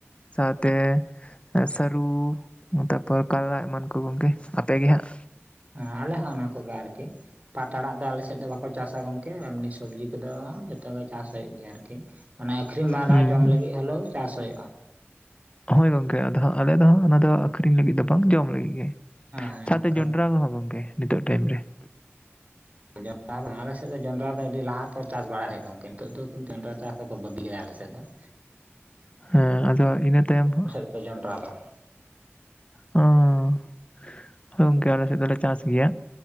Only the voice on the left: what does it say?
ᱥᱟᱶᱛᱮ ᱮᱸ ᱥᱟᱹᱨᱩ ᱛᱟᱨᱯᱚᱨ ᱠᱟᱨᱞᱟ ᱮᱢᱟᱱ ᱠᱚ ᱜᱚᱝᱠᱮ, ᱟᱯᱮ ᱜᱮ ᱦᱟᱸᱜ?
ᱦᱩᱸ
ᱦᱩᱸ
ᱦᱳᱭ ᱜᱚᱝᱠᱮ ᱟᱫᱚ ᱦᱟᱸᱜ ᱟᱞᱮ ᱫᱚ ᱦᱟᱸᱜ ᱚᱱᱟᱫᱚ ᱟᱠᱷᱨᱤᱧ ᱞᱟᱹᱜᱤᱫ ᱫᱚ ᱵᱟᱝ ᱡᱚᱢ ᱞᱟᱹᱜᱤᱫ ᱜᱮ ᱾
ᱥᱟᱶᱛᱮ
ᱡᱚᱱᱰᱨᱟ ᱠᱚᱦᱚᱸ ᱜᱚᱝᱠᱮ ᱱᱤᱛᱚᱜ ᱴᱟᱭᱤᱢ ᱨᱮ ᱾
ᱦᱮᱸ ᱟᱫᱚ ᱤᱱᱟᱹ ᱛᱟᱭᱚᱢ <inaudible>
ᱦᱩᱸ᱾ ᱜᱚᱝᱠᱮ ᱟᱞᱮ ᱥᱮᱫ ᱫᱚᱞᱮ ᱪᱟᱥ ᱜᱮᱭᱟ,